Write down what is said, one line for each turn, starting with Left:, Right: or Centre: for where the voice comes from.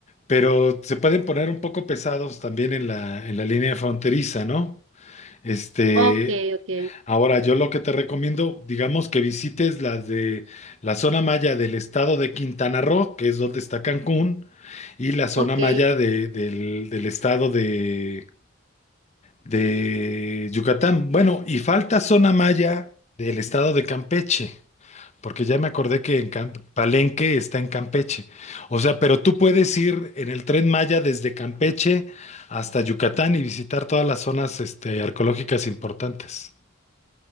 Left: pero se pueden poner un poco pesados también en la, en la línea fronteriza, ¿no? Este,
Right: ok, ok,
Left: Ahora, yo lo que te recomiendo, digamos que visites las de la zona maya del estado de Quintana Roo, que es donde está Cancún, y la zona
Right: ok.
Left: maya de- del, del estado de, de Yucatán. Bueno, y falta zona maya del estado de Campeche, porque ya me acordé que en Cam- Palenque está en Campeche. O sea, pero tú puedes ir en el tren maya desde Campeche hasta Yucatán y visitar todas las zonas, este, arqueológicas importantes.